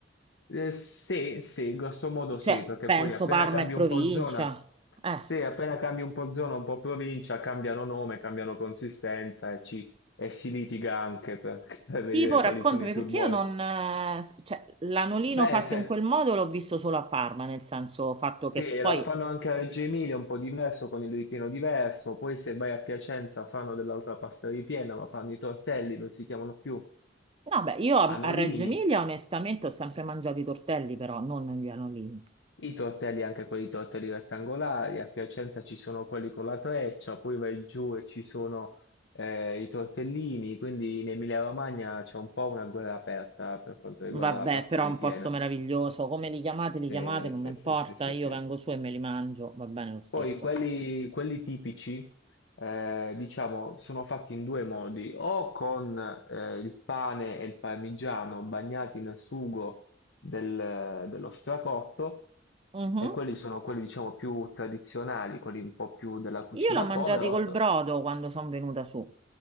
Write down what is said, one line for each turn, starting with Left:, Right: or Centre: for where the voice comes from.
Left: Eh, sì, sì, grosso modo sì,
Right: Cioè,
Left: perché
Right: penso
Left: poi appena
Right: Parma
Left: cambi
Right: e provincia.
Left: un po' zona,
Right: Eh.
Left: sì, appena cambi un po' zona, un po' provincia, cambiano nome, cambiano consistenza e, ci- e si litiga anche per, <laughs> per vedere
Right: Tipo,
Left: quali
Right: raccontami
Left: sono i più
Right: perché
Left: buoni.
Right: io non, eh, cioè, l'anolino
Left: Beh,
Right: fatto
Left: se,
Right: in quel modo l'ho visto solo a Parma, nel senso fatto
Left: Sì,
Right: che poi,
Left: la fanno anche a Reggio Emilia, un po' diverso, con il ripieno diverso. Poi se vai a Piacenza fanno dell'altra pasta ripiena, ma fanno i tortelli, non si chiamano più
Right: no, beh, io a,
Left: anolini.
Right: a Reggio Emilia onestamente ho sempre mangiato i tortelli, però non gli anolini.
Left: I tortelli, anche quelli tortelli rettangolari. A Piacenza ci sono quelli con la treccia, poi vai giù e ci sono eh, i tortellini. Quindi in Emilia-Romagna c'è un po' una guerra aperta per quanto riguarda
Right: Vabbè,
Left: la pasta
Right: però
Left: ripiena.
Right: è un posto meraviglioso, come li chiamate,
Left: Sì,
Right: li chiamate, non
Left: sì,
Right: mi importa,
Left: sì, sì, sì,
Right: io
Left: sì.
Right: vengo su e me li mangio, va bene lo stesso.
Left: Poi quelli, quelli tipici, eh, diciamo, sono fatti in due modi, o con eh, il pane e il parmigiano bagnati nel sugo del- dello stracotto,
Right: Mhm.
Left: e quelli sono quelli, diciamo, più tradizionali, quelli un po' più della cucina
Right: Io l'ho mangiati
Left: povera,
Right: col brodo quando sono venuta su.